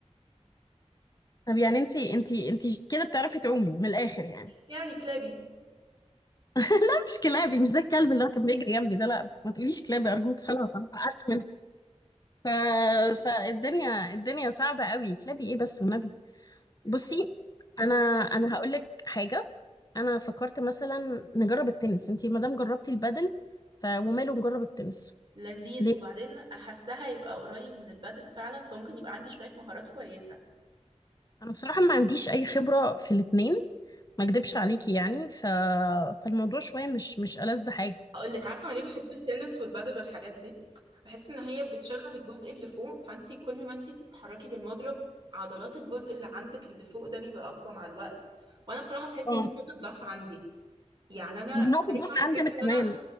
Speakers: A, on the left; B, on the right.
A: طب يعني انتي انتي انتي كده بتعرفي تعومي من الاخر يعني
B: يعني
A: <laughs>
B: كلابي
A: أنا مش كلابي مش زي الكلب اللي هو كان بيجري جنبي ده لا ما تقوليش كلابي ارجوك خلاص انا اتعقدت منه ف... فالدنيا الدنيا صعبه قوي كلابي ايه بس والنبي بصي
B: طب قولي
A: انا انا هقول لك حاجه انا فكرت مثلا نجرب التنس انتي ما دام جربتي البادل ف... وماله نجرب التنس
B: لذيذ
A: ليه
B: وبعدين احسها يبقى قريب من البادل فعلا فممكن يبقى عندي شوية مهارات كويسة
A: انا بصراحه ما عنديش اي خبره في الاتنين ما اكدبش عليكي يعني ف... فالموضوع شويه مش مش ألذ حاجه
B: هقول لك عارفه انا ليه بحب التنس والبادل والحاجات دي بحس ان هي بتشغل الجزء اللي فوق فانت كل ما انت بتتحركي بالمضرب عضلات الجزء اللي عندك اللي فوق ده بيبقى اقوى مع الوقت وانا بصراحه بحس
A: ف...
B: ان دي نقطه ضعف عندي يعني انا
A: ما هي نقطة
B: دايما
A: ضعف عندنا
B: بحس
A: كمان
B: ان انا